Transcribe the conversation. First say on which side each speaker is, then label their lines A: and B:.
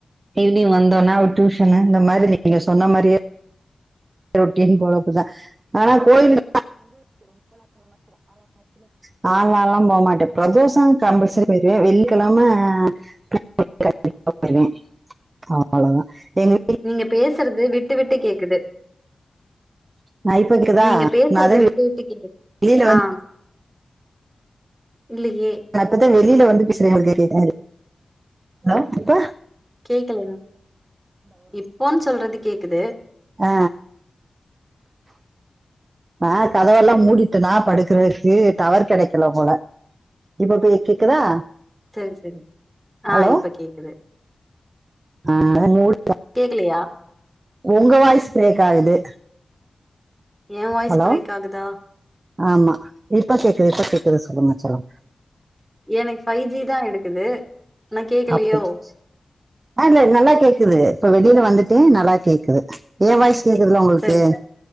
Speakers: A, on the right; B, on the right.
A: ஈவ்னிங் வந்தவுட்னே அவர் டியூஷன்னு இந்த மாதிரி நீங்க சொன்ன மாரியே ரொட்டீன் பொழப்புதா ஆனா கோயிலுக் <inaudible> லாங்லா போமாட்டே பிரதோஷோ கம்பல்சரி போய்ருவே வெள்ளிக்கெழம <inaudible> கண்டிப்பா போயிருவே அவ்ளோதா எங்க வீட்
B: நீங்க பேசறது விட்டு விட்டு கேக்குது
A: நான் இப்ப கேக்குதா
B: நீங்க பேசறது
A: நான் அதான்
B: விட்டு விட்டு கேக்
A: வெளியில வந்து
B: ஆ இல்லயே
A: நா இப்பத்தா வெளில வந்து பேசுறே <inaudible> அலோ இப்ப
B: கேக்கலங் இப்போன் சொல்றது கேக்குது
A: ஆ ஆ கதவல்லா மூடிட்டனா படுக்கறதுக்கு டவர் கெடைக்கல போல இப்ப பே கேக்குதா
B: செரி செரி ஆ
A: ஹலோ
B: இப்ப கேக்குது
A: ஆஹ் மூடி
B: கேக்கலயா
A: உங்க வாய்ஸ் பிரேக் ஆகுது
B: ஏ வாய்ஸ்
A: ஹலோ
B: பிரேக் ஆகுதா
A: ஆமா இப்ப கேக்குது இப்ப கேக்குது சொல்லுங்க சொல்லுங்
B: எனக்கு ஃபைவ் ஜி தா எடுக்குது ஆனா கேக்கலையோ
A: அப்ப சேர் ஆ இல்ல நல்லா கேக்குது இப்ப வெளியில வந்துட்டே நல்லா கேக்குது ஏ வாய்ஸ் கேக்குதுல்ல உங்களுக்கு
B: சரி சரி